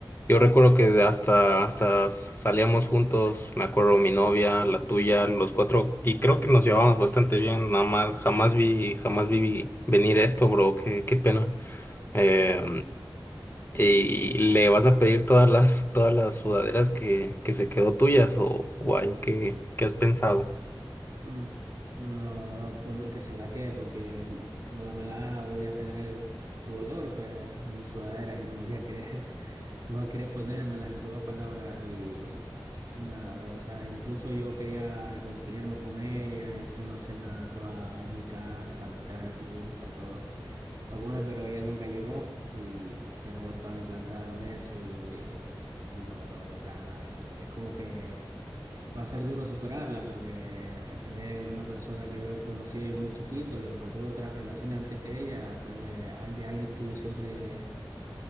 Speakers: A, on the left; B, on the right.
A: Yo recuerdo que de hasta, hasta salíamos juntos, me acuerdo mi novia, la tuya, los cuatro, y creo que nos llevábamos bastante bien, nada más, jamás vi, jamás vi venir esto, bro, qué, qué pena. Eh, y le vas a pedir todas las, todas las sudaderas que, que se quedó tuyas, o, o ahí, ¿qué, qué has pensado?
B: Mm, No, no, por mí que se la quede, porque mm, no me la haga voy a tener su olor, pues, en mis sudaderas y no voy a querer, <laughs> no voy a querer ponérmelas en pocas palabras y, y nada, bro. O sea, incluso yo quería reconciliarme con ella, hice una cena toda en mi casa, traje pizza, todo para comer, pero ella nunca llegó y ya pues me dejó también plantado en eso y no, bro, o sea, es como que va a ser duro superarla porque es una persona que yo conocí muy chiquito y aunque tuve otras relaciones antes que ella, fue al de alguien que yo siempre